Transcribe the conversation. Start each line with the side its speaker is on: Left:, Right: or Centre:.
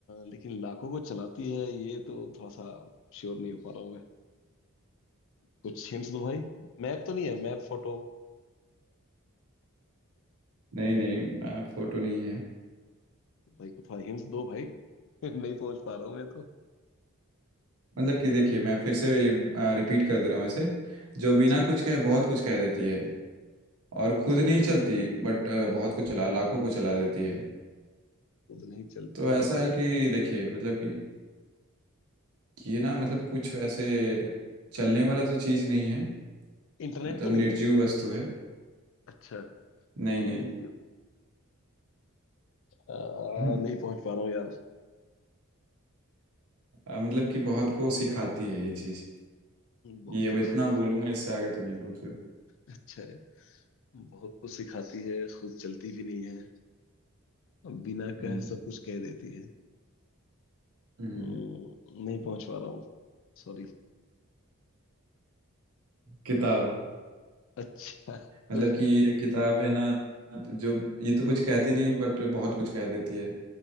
Left: लेकिन लाखों को चलाती है ये तो थोड़ा सा श्योर नहीं हो पा रहा हूँ मैं कुछ हिंट्स दो भाई मैप तो नहीं है मैप फोटो
Right: नहीं नहीं मैं फोटो नहीं है
Left: भाई कुछ हिंट्स दो भाई <laughs> नहीं पहुंच पा रहा हूँ मैं तो
Right: मतलब कि देखिए मैं फिर से ये रिपीट कर दे रहा हूँ ऐसे जो बिना
Left: ठीक
Right: कुछ
Left: है
Right: कहे बहुत कुछ कह देती है और खुद
Left: ठीक
Right: नहीं
Left: है
Right: चलती बट बहुत को चला लाखों को चला देती है
Left: वो तो नहीं चलती
Right: तो ऐसा
Left: लेकिन
Right: है कि
Left: ला-
Right: देखिए मतलब कि ये ना मतलब कुछ वैसे चलने वाला तो चीज़ नहीं है
Left: इंटरनेट
Right: मतलब
Left: तो नहीं
Right: निर्जीव
Left: है
Right: वस्तु है
Left: अच्छा
Right: नहीं
Left: निर्जीव
Right: नहीं
Left: आ,
Right: <laughs> हम्म।
Left: नहीं पहुंच पा रहा हूँ यार
Right: आ, मतलब कि बहुत को सिखाती है ये चीज
Left: बहुत
Right: ये अब
Left: कुछ
Right: इतना
Left: सिखा
Right: बोलूंगा इससे आगे तो नहीं बोल सकता
Left: अच्छा है बहुत कुछ सिखाती है खुद चलती भी नहीं है बिना
Right: हम्म
Left: कहे सब कुछ कह देती है
Right: हम्म
Left: हम्म, नहीं पहुंच पा रहा हूँ सॉरी
Right: किताब
Left: अच्छा
Right: मतलब
Left: <laughs>
Right: कि ये किताब है ना तो जो ये तो कुछ कहती नहीं बट बहुत कुछ कह देती है